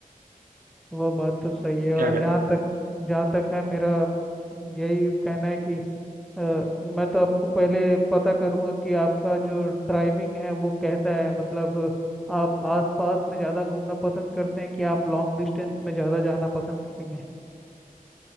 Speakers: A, in the centre; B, on the right (about 75°).
A: वो बात तो सही है और
B: क्या कहते
A: जहाँ
B: हैं
A: तक जहाँ तक है मेरा यही कहना है कि अ, मैं तो आपको पहले पता करूंगा कि आपका जो ड्राइविंग है वो कैसा है मतलब आप आस पास में ज़्यादा घूमना पसंद करते हैं कि आप लॉन्ग डिस्टेंस में ज़्यादा जाना पसंद करेंगे